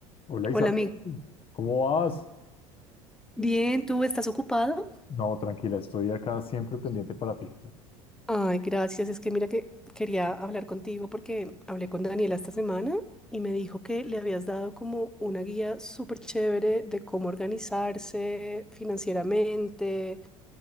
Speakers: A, on the left (about 30°); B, in the centre.
A: Hola Isabel,
B: Hola, amiga.
A: ¿cómo vas?
B: Bien, ¿tú estás ocupado?
A: No, tranquila, estoy acá siempre pendiente para ti.
B: Ay, gracias. Es que mira que quería hablar contigo porque hablé con Daniela esta semana y me dijo que le habías dado como una guía súper chévere de cómo organizarse financieramente.